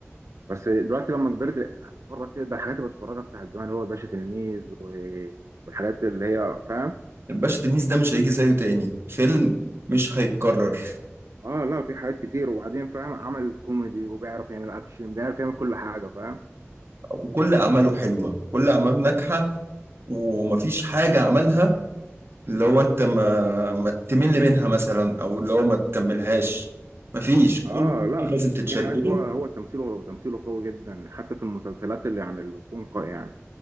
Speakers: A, on the right; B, on the right.
A: بس دلوقتي لما كبرت هتتفرج كده ده الحاجات اللي بتفرجها بتاعت زمان اللي هو الباشا تلميذ و- والحاجات اللي هي فاهم
B: الباشا تلميذ ده مش هيجي زيه تاني فيلم مش هيتكرر
A: اه لا في حاجات كتير وبعدين فاهم عمل كوميدي وبيعرف يعمل اكشن بيعرف يعمل كل حاجه فاهم
B: وكل اعماله حلوه كل اعماله ناجحه ومفيش حاجه عملها اللي هو انت ما, ما تمل منها مثلا او اللي هو ما تكملهاش مفيش كل
A: اه لا
B: شيء لازم تتشد
A: في حاجات
B: له
A: هو هو تمثيله تمثيله قوي جدا حتى في المسلسلات اللي يعني اللي بتكون قوي يعني